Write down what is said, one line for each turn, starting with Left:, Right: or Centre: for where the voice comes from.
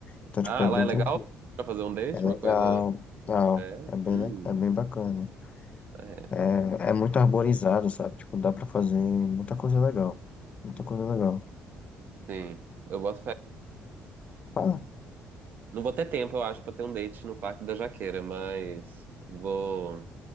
Left: Então, tipo,
Right: Ah,
Left: é bem
Right: lá é
Left: tranquilo,
Right: legal pra fazer um date,
Left: é legal,
Right: uma coisa.
Left: tal.
Right: É,
Left: É bem,
Right: hum,
Left: le- é bem bacana.
Right: é,
Left: É, é muito arborizado, sabe? Tipo, dá pra fazer muita coisa legal. Muita coisa legal.
Right: sim. Eu boto fé.
Left: Tá,
Right: Não vou ter tempo, eu acho, pra ter um date no Parque da Jaqueira, mas vou,